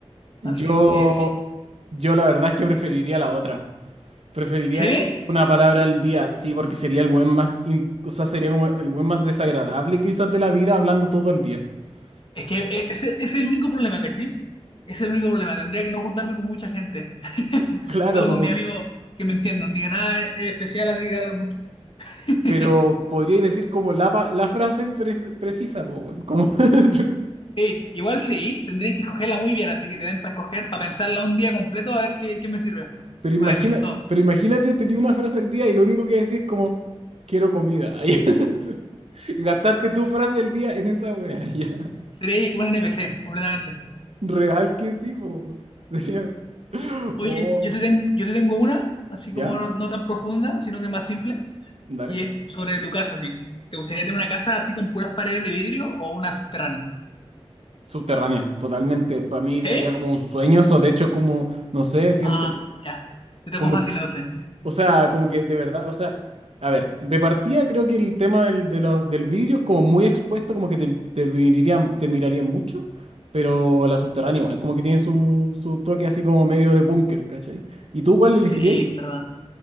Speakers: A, on the left; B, on the right.
A: Así
B: Yo,
A: que sí.
B: yo la verdad es que preferiría la otra. Preferiría
A: ¿Sí?
B: decir una palabra al día, sí, porque sería el buen más, in- o sea, sería como el buen más desagradable quizás de la vida hablando todo el día. <laughs>
A: Es que e, es el, es el único problema, ¿cachai? Es el único problema. Tendría que no juntarme con mucha gente. <laughs>
B: Claro,
A: Solo
B: como,
A: con mi amigo
B: que-
A: que me entiendan. Digan, nada es especial, así que habla mucho. <laughs>
B: pero podría decir como la, pa- la frase pre- precisa, po, weón, como, <laughs>
A: Sí, igual sí, tendréis que escogerla muy bien, así que te den para escoger, para pensarla un día completo, a ver qué, qué me sirve,
B: pero imagina,
A: para decir todo.
B: pero imagínate, te di una frase al día y lo único que decís es como, quiero comida. Ay, <laughs> Gastaste tu frase del día en esa wea, ya.
A: Seré un NPC, completamente.
B: Real que sí, po. weón. Sería,
A: Oye,
B: oh,
A: yo te tengo, yo te tengo una, así
B: ¿ya?
A: como no, no tan profunda, sino que más simple,
B: Dale.
A: y es sobre tu casa, sí. ¿Te gustaría tener una casa así con puras paredes de vidrio o una subterránea?
B: Subterránea, totalmente. Para mí
A: ¿Sí?
B: sería como un sueño eso. De hecho, es como, no sé, siento
A: Ah,
B: que-
A: ya. Te tocó
B: como,
A: fácil entonces.
B: o sea, como que de verdad, o sea, a ver, de partida creo que el tema del, de los- del vidrio es como muy expuesto, como que te, te mirarían, te mirarían mucho, pero la subterránea igual, como que tiene su, su toque así como medio de búnker, ¿cachai? ¿Y tú cuál elegirías?
A: Sí, verdad.